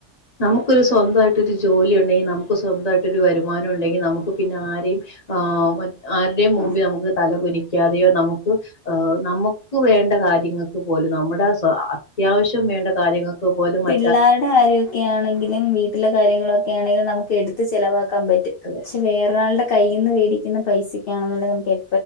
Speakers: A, on the left; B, on the left.
A: നമുക്കൊരു സ്വന്തായിട്ടൊരു ജോലി ഉണ്ടെങ്കി നമുക്ക് സ്വന്തായിട്ട് ഒരു വരുമാനം ഉണ്ടെങ്കി നമുക്ക് പിന്നെ ആരേയും ആഹ്, മ ആരുടെം മുമ്പ്‌ല്
B: ആ
A: നമുക്ക് തല കുനിക്കാതെയോ നമുക്ക് ഏഹ്, നമുക്ക്‌ വേണ്ട കാര്യങ്ങക്ക് പോലും നമ്മുടെ സ അത്യാവശ്യം വേണ്ട കാര്യങ്ങക്ക് പോലും മ
B: പിള്ളാരുടെ കാര്യൊക്കെ ആണെങ്കിലും വീട്ടിലെ കാര്യങ്ങളൊക്കെ ആണെങ്കിലും നമുക്കെട്ത് ത്ത് ചെലവാക്കാൻ പറ്റും.
A: അതെ
B: ക്ഷെ വേറരാളുടെ കയ്യിന്ന് വേടിക്കുന്ന പൈസക്കാണെന്നുള്ള നമുക്ക് എ